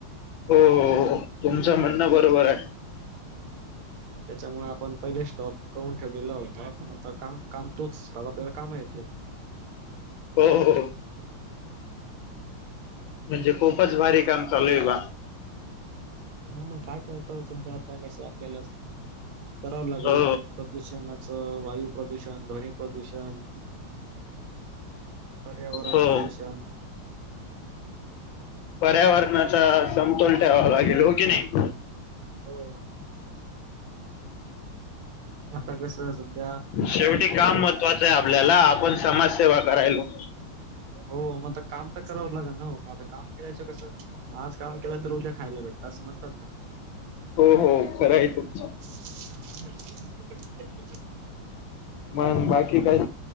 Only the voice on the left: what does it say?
हो तुमचं म्हणणं बरोबर आहे
हो हो म्हणजे खूपच भारी काम चालू आहे बा
हो
हो.
पर्यावरणाचा समतोल ठेवा लागेल हो कि नाही.
शेवटी काम
महत्वाच. आपल्याला आपण समाजसेवा करायलो.
हो हो खरं आहे तुच?
मण बाकी काय?